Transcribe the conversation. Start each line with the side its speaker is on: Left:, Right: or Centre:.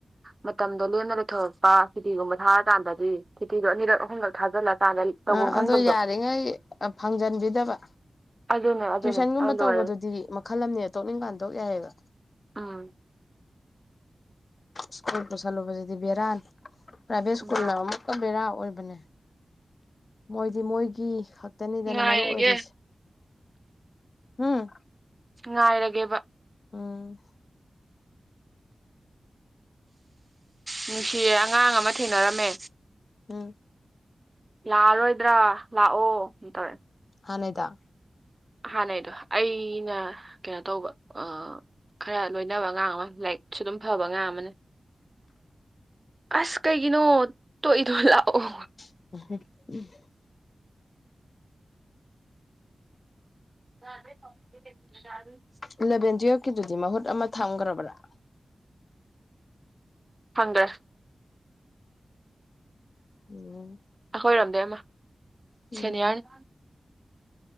Right: ꯃꯇꯝꯗꯣ ꯂꯦꯝꯅ ꯂꯩꯊꯣꯔꯛꯄ ꯁꯨꯇꯤꯒꯨꯝꯕ ꯊꯥꯔꯀꯥꯟꯗꯗꯤ ꯁꯨꯇꯤꯗꯣ ꯑꯅꯤꯔꯛ ꯑꯍꯨꯝꯂꯛ ꯊꯥꯖꯤꯜꯂꯀꯥꯟꯗ ꯇꯧꯕꯝ
Left: ꯑ
Right: ꯈꯪꯗꯕꯗꯣ
Left: ꯑꯗꯣ ꯌꯥꯔꯤꯉꯩ ꯐꯪꯖꯟꯕꯤꯗꯕ
Right: ꯑꯗꯨꯅꯦ ꯑꯗꯨꯅꯦ
Left: ꯇ꯭ꯋꯏꯁꯟꯒꯨꯝꯕ
Right: ꯑꯗꯨ ꯂꯣꯏꯔꯦ
Left: ꯇꯧꯕꯗꯨꯗꯤ ꯃꯈꯜ ꯑꯃꯅꯦ ꯇꯣꯛꯅꯤꯡꯀꯥꯟ ꯊꯣꯛꯄꯥ ꯌꯥꯏꯌꯦꯕ
Right: ꯎꯝ
Left: ꯁ꯭ꯀꯨꯜ ꯄꯁꯂꯣꯕꯁꯤꯗꯤ ꯕꯤꯔꯥꯅꯤ ꯄ꯭ꯔꯥꯏꯚꯦꯠ ꯁ꯭ꯀꯨꯜ
Right: ꯃꯥꯅꯦ
Left: ꯅꯥ ꯑꯃꯨꯛ ꯄꯨꯔꯥ ꯕꯦꯔꯥ ꯑꯣꯏꯕꯅꯦ ꯃꯣꯏꯗꯤ ꯃꯣꯏꯒꯤ ꯈꯛꯇꯅꯤꯗꯅ
Right: ꯉꯥꯏꯔꯒꯦ
Left: ꯃꯔꯨ ꯑꯣꯏꯔꯤꯁꯦ ꯎꯝ
Right: ꯉꯥꯏꯔꯒꯦꯕ
Left: ꯎꯝ
Right: ꯅꯨꯡꯁꯤꯌꯦ ꯑꯉꯥꯡ ꯑꯃ ꯊꯦꯡꯅꯔꯝꯃꯦ
Left: ꯎꯝ
Right: ꯂꯥꯛꯑꯔꯣꯏꯗ꯭ꯔꯥ ꯂꯥꯛꯑꯣ ꯇꯧꯔꯛ ꯑꯦ
Left: ꯍꯥꯅꯩꯗ
Right: ꯍꯥꯟꯅꯩꯗꯣ ꯑꯩꯅ ꯀꯩꯅꯣ ꯇꯧꯕ ꯑꯥ ꯈꯔ ꯂꯣꯏꯅꯕ ꯑꯉꯥꯡ ꯑꯃ ꯂꯥꯏꯔꯤꯛꯁꯨ ꯑꯗꯨꯝ ꯐꯕ ꯑꯉꯥꯡ ꯑꯃꯅꯦ ꯑꯁ ꯀꯩꯒꯤꯅꯣ ꯇꯣꯛꯏꯗꯣ ꯂꯥꯛꯑꯣ
Left: <unintelligible>
Right: <unintelligible>
Left: ꯏꯂꯚꯦꯟ ꯇꯨꯌꯦꯞꯀꯤꯗꯨꯗꯤ ꯃꯍꯨꯠ ꯑꯃ ꯊꯝꯈ꯭ꯔꯕꯔꯥ
Right: ꯈꯪꯗꯦ
Left: ꯎꯝ
Right: ꯑꯈꯣꯏꯔꯣꯝꯗꯩ ꯑꯃ
Left: ꯎꯝ
Right: ꯁꯦꯅꯤꯌꯥꯔꯅꯤ